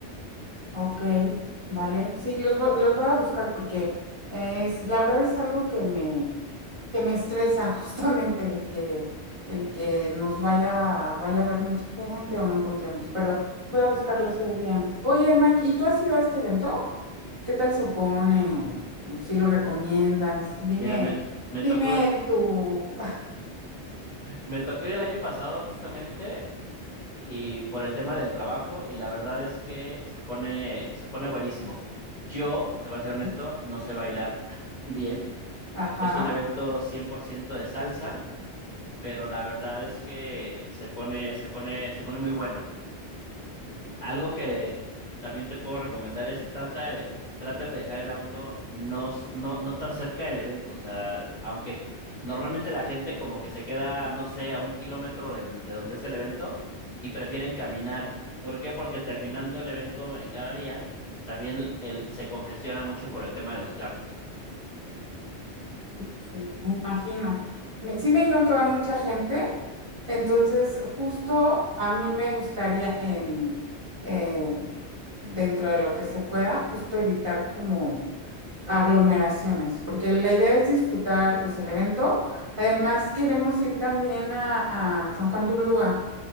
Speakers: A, on the right; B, on the left.
A: Ok, vale. Sí, los, vo- los voy a buscar porque eh, es, la verdad es algo que me, que me estresa <laughs> justamente el que, el que nos vaya, vaya a ver mucha gente o no encontremos, pero voy a buscar los Airbnb. Oye, Mike, ¿y tú has ido a este evento? ¿Qué tal se pone? ¿O, o si lo recomiendas? Dime,
B: Mira, me, t- me
A: dime
B: tocó
A: tu...
B: me tocó ir el año pasado justamente y por el tema del trabajo y la verdad es que se pone se pone buenísimo. Yo, te voy a ser
A: <laughs>
B: honesto, no sé bailar <laughs> bien.
A: Ajá.
B: Es un evento 100% de salsa, pero la verdad es que se pone se pone se pone muy bueno. Algo que también te puedo recomendar es trata de dej- de- traten de dejar el auto no, s- no, no tan cerca del evento. O sea, aunque c- normalmente la gente como que se queda, no sé, a un kilómetro del- de donde es el evento y prefieren caminar. ¿Por qué? Porque terminando el evento eh, cada día, también el, se congestiona mucho por el tema de los carros.
A: Sí, me imagino. Me- sí me dijeron que va mucha gente, entonces justo a mí me gustaría en, eh, dentro de lo que se pueda, justo evitar como aglomeraciones, porque la idea es disfrutar pues el evento. Además queremos ir también a, a San Juan de Ulúa.